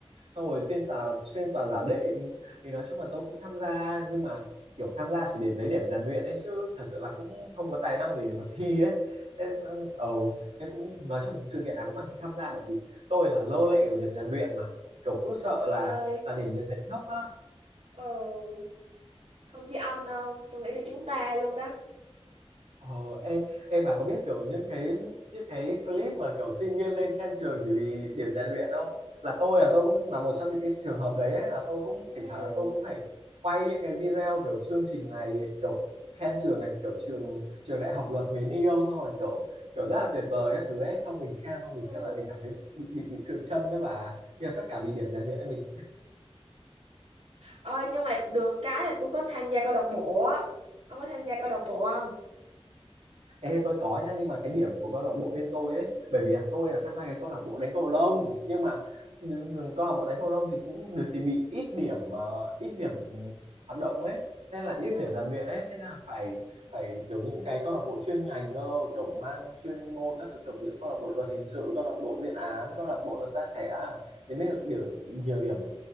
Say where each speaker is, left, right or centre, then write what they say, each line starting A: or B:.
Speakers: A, on the right; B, on the right.
A: xong rồi phiên tòa xuyên tòa giả định thì nói chung là tôi cũng tham gia nhưng mà kiểu tham gia chỉ để lấy điểm rèn luyện ấy chứ thật sự là cũng không có tài năng gì để mà thi ấy thế um, ờ thế cũng nói chung sự kiện nào cũng đăng ký tham gia bởi vì tôi là lô lệ của điểm rèn luyện mà kiểu cứ sợ
B: Trời
A: là
B: ơi,
A: là điểm rèn luyện thấp á
B: ừ, không chỉ ông đâu, tôi nghĩ là chúng ta luôn đó.
A: Ờ, ê, ê bà có biết kiểu những cái những cái clip mà kiểu sinh viên lên khen trường chỉ vì điểm rèn luyện không? Là tôi là tôi cũng là một trong những cái trường hợp đấy ấy, là tôi cũng
B: Ừ,
A: thỉnh thoảng là tôi cũng phải quay những cái video kiểu chương trình này kiểu khen trường này kiểu trường trường đại học luật mến yêu xong rồi kiểu kiểu rất là tuyệt vời các thứ ấy xong mình khen xong
B: ừ.
A: mình xem lại mình cảm thấy bị bị bị sượng chân đấy bà nhưng mà tất cả vì điểm rèn luyện ấy mình
B: Ơi nhưng mà được cái là tôi có tham gia câu lạc bộ á. Ông có tham gia câu lạc bộ không?
A: Ê, tôi có nha nhưng mà cái điểm của câu lạc bộ bên tôi ấy bởi vì là tôi là tham gia cái câu lạc bộ đánh cầu lông nhưng mà đ- câu lạc bộ đánh cầu lông thì cũng được thì bị ít điểm ờ, ít điểm hoạt động ấy nên là ít
B: Ừ.
A: điểm rèn luyện ấy thế là phải phải kiểu những cái câu lạc bộ chuyên ngành cơ kiểu mang chuyên môn các thứ kiểu ví dụ câu lạc bộ luật hình sự câu lạc bộ diện án câu lạc bộ luật gia trẻ à, thì mới được điểm, nhiều điểm